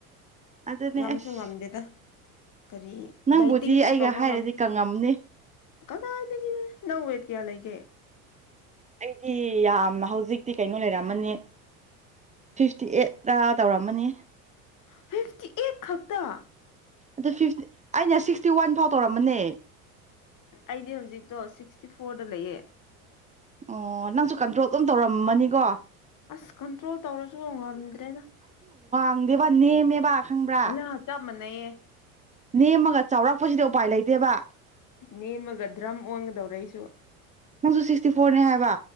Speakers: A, on the right; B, on the left.
A: ꯑꯗꯨꯅꯦ
B: ꯉꯝꯁꯨꯨ
A: ꯑꯁ
B: ꯉꯝꯗꯦꯗ ꯀꯔꯤ
A: ꯅꯪꯕꯨꯗꯤ
B: ꯗꯥꯏꯇꯤꯡꯁꯨ
A: ꯑꯩꯒ
B: ꯇꯧꯕ
A: ꯍꯥꯏꯔꯗꯤ
B: ꯉꯝꯗꯦ
A: ꯀꯪꯉꯝꯅꯤ
B: ꯀꯗꯥꯏꯗꯒꯤ ꯅꯧꯋꯦꯠ ꯀꯌꯥ ꯂꯩꯒꯦ
A: ꯑꯩꯗꯤ ꯌꯥꯝ ꯍꯧꯖꯤꯛꯇꯤ ꯀꯩꯅꯣ ꯂꯩꯔꯝꯃꯅꯤ ꯐꯤꯐꯇꯤ ꯑꯩꯠꯇ ꯇꯧꯔꯝꯃꯅꯤ
B: ꯐꯤꯐꯇꯤ ꯑꯩꯠ ꯈꯛꯇ
A: ꯑꯗꯨ ꯐꯤꯇꯤ ꯑꯩꯅ ꯁꯤꯛꯁꯇꯤ ꯋꯥꯟ ꯐꯥꯎ ꯇꯧꯔꯝꯃꯅꯦ
B: ꯑꯩꯗꯤ ꯍꯧꯖꯤꯛꯇꯣ ꯁꯤꯛꯁꯇꯤ ꯐꯣꯔꯗ ꯂꯩꯌꯦꯦ
A: ꯑꯣ ꯅꯪꯁꯨ ꯀꯟꯇ꯭ꯔꯣꯜ ꯑꯗꯨꯝ ꯇꯧꯔꯝꯃꯅꯤꯀꯣ
B: ꯑꯁ ꯀꯟꯇ꯭ꯔꯣꯜ ꯇꯧꯔꯁꯨ ꯉꯝꯗ꯭ꯔꯦꯗ
A: ꯈꯪꯗꯦꯕ ꯅꯦꯝꯃꯦꯕ ꯈꯪꯕ꯭ꯔꯥ
B: ꯑꯂꯥ ꯆꯞ ꯃꯥꯟꯅꯩꯌꯦ
A: ꯅꯦꯝꯃꯒ ꯆꯥꯎꯔꯛꯄꯁꯤꯗꯤ ꯎꯄꯥꯏ ꯂꯩꯇꯦꯕ
B: ꯅꯦꯝꯃꯒ ꯗ꯭ꯔꯝ ꯑꯣꯟꯒꯗꯧꯔꯦ ꯑꯩꯁꯨ
A: ꯁꯨ ꯁꯤꯇ ꯐꯣꯔꯅꯦ ꯍꯥꯏꯕ